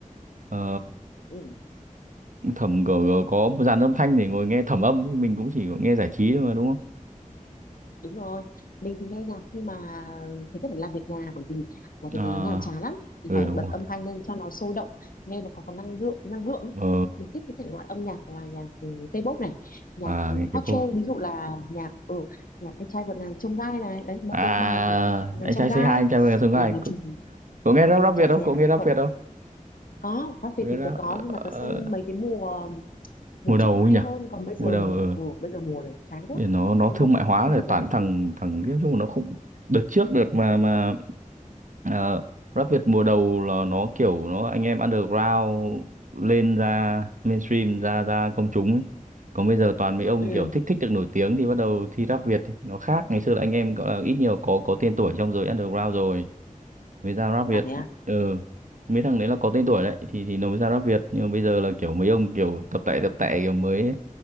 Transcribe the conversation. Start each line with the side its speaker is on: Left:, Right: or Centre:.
Right: ờ,
Left: ừ,
Right: thẩm có có một dàn âm thanh để ngồi nghe thẩm âm mình cũng chỉ có nghe giải trí thôi mà đúng không?
Left: đúng rồi mình thì nghe nhạc khi mà thứ nhất là làm việc nhà bởi vì làm việc
Right: Ờ
Left: nhà nó nhàm chán lắm thì
Right: ừ
Left: phải
Right: đúng
Left: bật
Right: rồi.
Left: âm thanh lên cho nó sôi động nghe nó có có năng lượng năng lượng ấy.
Right: Ờ
Left: mình thích cái thể loại âm nhạc là nhạc ừ, K-pop này nhạc
Right: à
Left: ừ,
Right: nghe
Left: hot
Right: cái phô.
Left: trend ví dụ là nhạc ừ, nhạc anh trai vượt ngàn chông gai này đấy mấy
Right: À
Left: cái bài của anh trai vượt ngàn
Right: anh
Left: chông
Right: trai
Left: gai
Right: Say hai anh trai vượt ngàn chông gai.
Left: ừ, nói
Right: Cậu,
Left: chung
Right: cậu nghe rap
Left: anh
Right: rap
Left: trai
Right: Việt không?
Left: C2
Right: Cậu nghe rap
Left: không
Right: Việt không?
Left: có Pháp Việt
Right: Cậu nghe
Left: thì
Right: rap
Left: tớ có
Right: ờ,
Left: nhưng
Right: ờ,
Left: mà tớ xem mấy cái mùa mùa
Right: mùa đầu
Left: trước nó
Right: ấy
Left: hay
Right: nhỉ?
Left: hơn còn bây giờ
Right: Mùa đầu
Left: thì
Right: ờ.
Left: ừ, bây giờ mùa này chán quá
Right: Thì nó nó
Left: không
Right: thương
Left: không
Right: mại
Left: không
Right: hóa
Left: không
Right: rồi
Left: thích
Right: toàn
Left: lắm
Right: thằng thằng nói chung là nó không đợt trước được mà mà ờ, rap Việt mùa đầu là nó kiểu nó anh em underground lên ra mainstream ra ra công chúng ấy. Còn bây giờ toàn mấy ông
Left: ừ
Right: kiểu thích thích được nổi tiếng thì bắt đầu thi rap Việt ấy. nó khác ngày xưa là anh em gọi là ít nhiều có có tên tuổi trong giới underground rồi mới ra rap Việt
Left: à thế à
Right: ừ mấy thằng đấy là có tên tuổi đấy thì thì nó mới ra rap Việt nhưng mà bây giờ là kiểu mấy ông kiểu tập tẻ tập tẻ kiểu mới ấy.